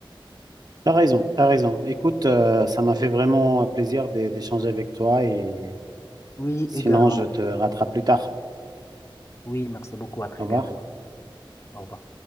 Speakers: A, on the right (about 50°); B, on the left (about 30°).
A: T'as raison, t'as raison. Écoute, euh, ça m'a fait vraiment euh, plaisir d'é- d'échanger avec toi et
B: Oui,
A: sinon
B: également.
A: je te rattrape plus tard.
B: Oui, merci beaucoup. À très
A: Au revoir.
B: bientôt. Au revoir.